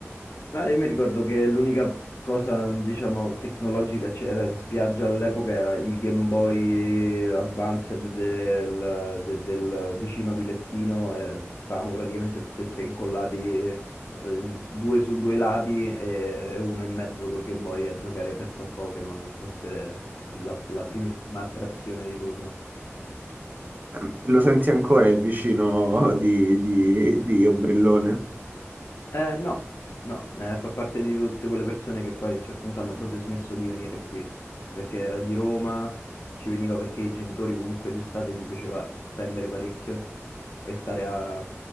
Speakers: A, on the left; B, on the right.
A: Ah, io mi ricordo che l'unica cosa, diciamo, tecnologica che c'era in spiaggia all'epoca era il Game Boy Advanced del, de- del vicino di lettino. e stavamo praticamente tutti e tre incollati, eh, in- due su due lati e, e uno in mezzo col Game Boy a giocare, penso a Pokémon, fosse la la primissima attrazione di turno.
B: Eh, Lo senti ancora il vicino di, di- di Ombrellone?
A: Eh, no, no, eh, fa parte di tutte quelle persone che poi a un certo punto hanno proprio smesso di venire qui, perché era di Roma, ci veniva perché i genitori comunque d'estate gli piaceva spendere parecchio e stare a-